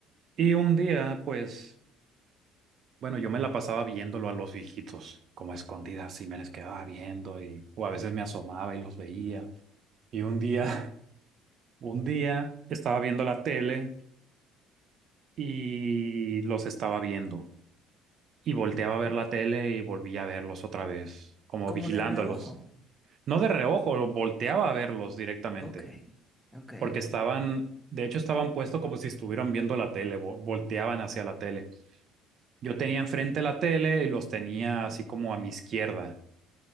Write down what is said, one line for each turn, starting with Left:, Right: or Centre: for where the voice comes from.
Right: Y un día, pues, bueno, yo me la pasaba viéndolo a los viejitos, como escondidas, y me les quedaba viendo, y, o a veces me asomaba y los veía. Y un día, <laughs> un día estaba viendo la tele y los estaba viendo. y volteaba a ver la tele y volvía a verlos otra vez, como
Centre: Como
Right: vigilándolos.
Centre: de reojo.
Right: No de reojo, lo volteaba a verlos directamente,
Centre: Ok, ok.
Right: porque estaban, de hecho estaban puestos como si estuvieran viendo la tele, vo- volteaban hacia la tele. Yo tenía enfrente la tele y los tenía así como a mi izquierda.